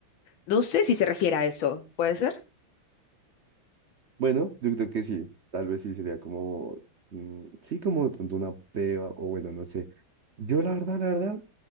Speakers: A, on the left; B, on the right.
A: No sé si se refiere a eso, ¿puede ser?
B: Bueno, yo creo que sí. Tal vez sí sería como, mm, sí, como de pronto una prueba o bueno, no sé. Yo la verdad, la verdad,